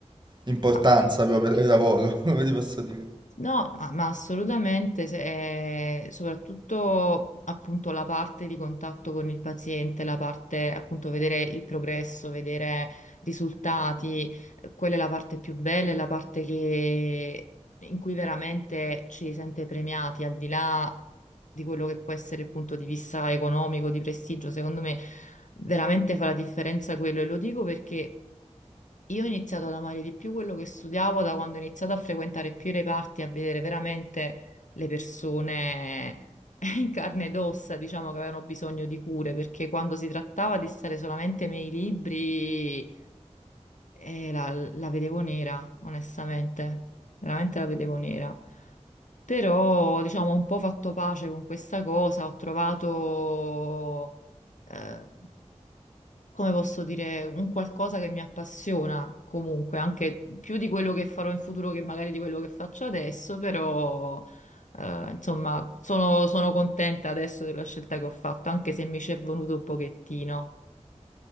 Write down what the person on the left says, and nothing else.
ah,
No, ma, ma assolutamente, se- eh, soprattutto appunto la parte di contatto con il paziente, la parte appunto vedere il progresso, vedere risultati, eh, quella è la parte più bella, è la parte che- in cui veramente ci si sente premiati, al di là di quello che può essere il punto di vista economico, di prestigio, secondo me veramente fa la differenza quello e lo dico perché io ho iniziato ad amare di più quello che studiavo da quando ho iniziato a frequentare più i reparti, a vedere veramente le persone <laughs> in carne ed ossa, diciamo che avevano bisogno di cure, perché quando si trattava di stare solamente nei libri, eh, la, la vedevo nera, onestamente, veramente la vedevo nera. Però, diciamo, ho un po' fatto pace con questa cosa, ho trovato, eh, come posso dire, un qualcosa che mi appassiona comunque, anche più di quello che farò in futuro che magari di quello che faccio adesso, però, eh, insomma, sono, sono contenta adesso della scelta che ho fatto, anche se mi ci è venuto un pochettino.